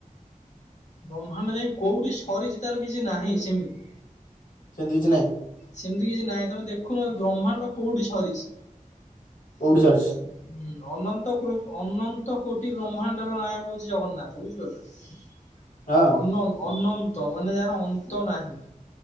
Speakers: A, on the left; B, on the left.
A: ବ୍ରହ୍ମାଣ୍ଡ ଯାଇ କୋଉଠି ସରିଚି। ତାର କିଛି ନାହିଁ ସେମିତି।
B: ସେମିତି କିଛି ନହିଁ।
A: ସେମିତି କିଛି ନାହିଁ ତମେ ଦେଖୁନ ବ୍ରହ୍ମାଣ୍ଡ କୋଉଠି ସରିଛି।
B: କୋଉଠି
A: ହୁଁ।
B: ସରିଛି
A: ଅନନ୍ତ କ୍ରୋ ଅନନ୍ତ କୋଟି ବ୍ରହ୍ମାଣ୍ଡର ନାୟକ ହଉଚି ଜଗନ୍ନାଥ। ବୁଝିପାରୁଚ଼।
B: ହଁ
A: ଅନ ଅନନ୍ତ ମାନେ ଯାହାର ଅନ୍ତ ନାହିଁ।